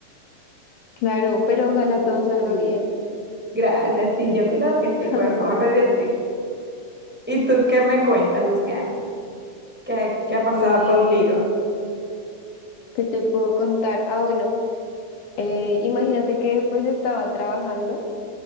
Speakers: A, on the left; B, in the centre.
A: claro, pero ojalá
B: se asustaría.
A: todo salga bien.
B: Gracias, sí, yo creo que sí,
A: <laughs>
B: por el favor de Dios, sí. ¿Y tú qué me cuentas, Luciana? ¿Qué, qué ha
A: Em,
B: pasado contigo?
A: ¿qué te puedo contar? Ah, bueno, eh, imagínate que pues estaba trabajando.